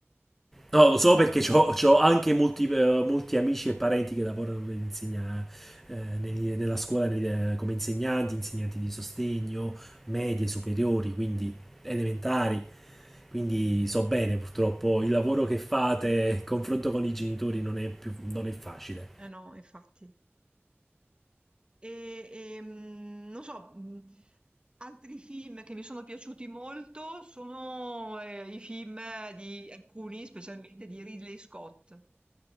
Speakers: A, in the centre; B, on the right.
A: No, lo so perché ho anche molti, eh, molti amici e parenti che lavorano nell'insegna- eh, negli- nella scuola negli- come insegnanti, insegnanti di sostegno, medie, superiori, quindi elementari. Quindi so bene, purtroppo, il lavoro che fate, il confronto con i genitori non è più, non è facile.
B: Eh no, infatti. E, e, mh, non so, mh, altri film che mi sono piaciuti molto sono eh, i film di alcuni, specialmente di Ridley Scott.